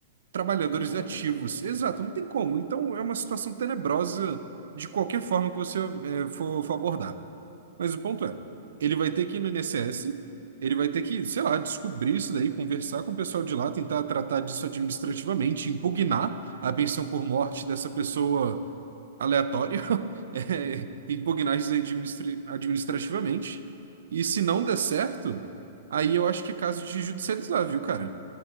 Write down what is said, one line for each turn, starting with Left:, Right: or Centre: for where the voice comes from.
Right: trabalhadores
Left: Não tem como.
Right: ativos. Exato, não tem como. Então, é uma situação tenebrosa de qualquer forma que você, é, for for abordar. Mas o ponto é,
Left: Uhum.
Right: ele vai ter que ir no INSS, ele vai ter que, sei lá, descobrir isso daí, conversar com o pessoal de lá, tentar tratar disso administrativamente, impugnar a pensão por morte dessa pessoa aleatória, <laughs> é, impugnar isso aí administri- administrativamente. E se não der certo, aí eu acho que é caso de judicializar, viu, cara?